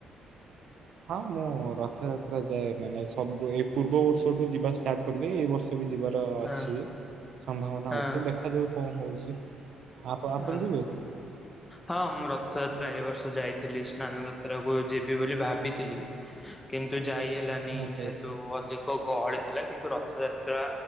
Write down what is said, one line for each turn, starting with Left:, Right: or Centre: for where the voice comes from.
Right: ହଁ ମୁଁ ରଥଯାତ୍ରା ଯାଏ ମାନେ ସବୁ ଏ ପୂର୍ବ ବର୍ଷଠୁ ଯିବା ଷ୍ଟାର୍ଟ କଲି ଏଇ ବର୍ଷ ଏବି ଯିବାର ଅଛି
Left: ହଁ
Right: ସମ୍ଭାବନା
Left: ହଁ।
Right: ଅଛି। ଦେଖାଯାଉ କଣ ହଉଛି। ଆପ,
Left: ହଁ
Right: ଆପଣ ଯିବେ?
Left: ହଁ, ମୁଁ ରଥଯାତ୍ରା ଏ ବର୍ଷ ଯାଇଥିଲି, ସ୍ନାନ ଯାତ୍ରା କୁ ଯିବି ବୋଲି ଭାବିଥିଲି। କିନ୍ତୁ ଯାଇ ହେଲାନି,
Right: ଆଚ୍ଛା
Left: ଯେହେତୁ
Right: ଆଚ୍ଛା
Left: ଅଧିକ ଗହଳି ଥିଲା। କିନ୍ତୁ ରଥଯାତ୍ରା